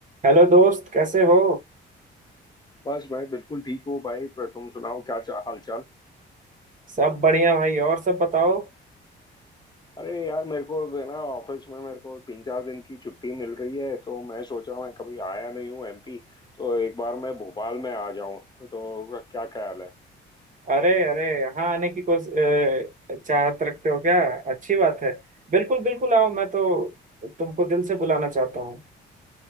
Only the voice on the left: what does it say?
बस भाई बिल्कुल ठीक हो भाई पर तुम सुनाओ क्या चा, हाल चाल
अरे यार मेरे को जो है ना ऑफिस में मेरे को तीन चार दिन की छुट्टी मिल रही है तो मैं सोचा मैं कभी आया नहीं हूँ एमपी तो एक बार मैं भोपाल में आ जाऊँ तो क्या ख्याल है